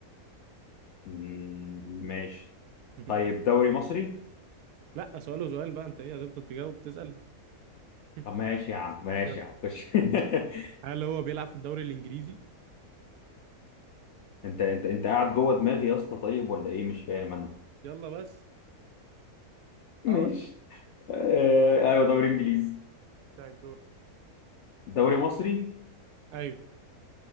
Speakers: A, on the left; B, on the right.
A: مم، ماشي
B: <laughs>
A: طيب دوري مصري
B: لا سؤاله سؤال وسؤال بقى انت ايه هتفضل تجاوب تسأل <laughs>
A: طب ماشي يا عم ماشي
B: يلا.
A: يا عم خش <laughs>
B: هل هو بيلعب في الدوري الانجليزي
A: انت انت انت قاعد جوه دماغي يا اسطى طيب ولا ايه مش فاهم انا
B: يلا بس
A: ماشي
B: اه ولا
A: آه ايوه دوري انجليزي
B: طيب دورك
A: دوري مصري
B: ايوه